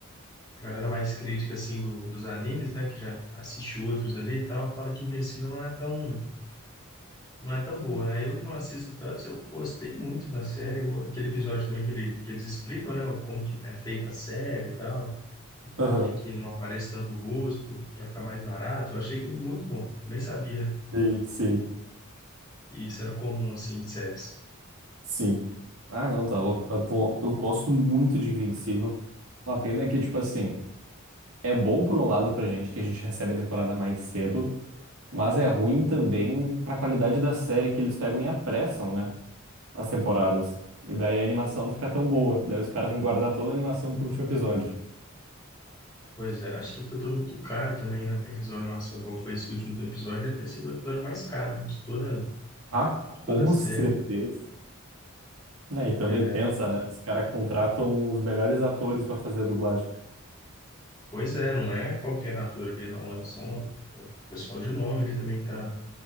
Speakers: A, on the left; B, on the right.
A: galera mais crítica, assim, do, dos animes, né? Que já assiste outros ali e tal, fala que Invencível não é tão. Não é tão boa, né? Eu que não assisto tanto, eu gostei muito da série. Eu- aquele episódio também que, ele, que eles explicam, né? Como que é feita a série e tal o porquê
B: Aham.
A: que não aparece tanto o rosto, para ficar mais barato. Eu achei aquilo muito bom. Eu nem sabia
B: Sim, sim.
A: que isso era comum, assim, de séries.
B: Sim. Ah, não, tá louco. Eu tô- eu gosto muito de Invencível. Uma pena que, tipo assim, é bom por um lado pra gente, que a gente recebe a temporada mais cedo, mas é ruim também pra qualidade da série que eles pegam e apressam, né? As temporadas. E daí a animação não fica tão boa. Daí os caras têm que guardar toda a animação pro último episódio.
A: Pois é, acho que ficou tudo muito caro também, né? Para fazer uma animação igual foi esse último episódio, deve ter sido o episódio mais caro de toda, de
B: Ah,
A: toda
B: com
A: a série.
B: certeza. É, e também
A: É,
B: pensa, né? Os caras contratam os melhores atores pra fazer a dublagem.
A: Pois é, não é qualquer ator ali, não, né? São o pessoal de nome ali também que tá,